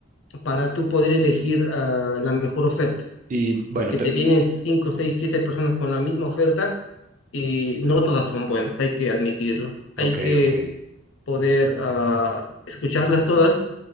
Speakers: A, on the left; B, on the right.
A: para tú poder elegir ah, la mejor oferta,
B: Y bueno,
A: porque
B: te-
A: te vienen 5 6 7 personas con la misma oferta y no todas son buenas, hay que admitirlo. Hay
B: ok,
A: que
B: ok.
A: poder ah, escucharlas todas,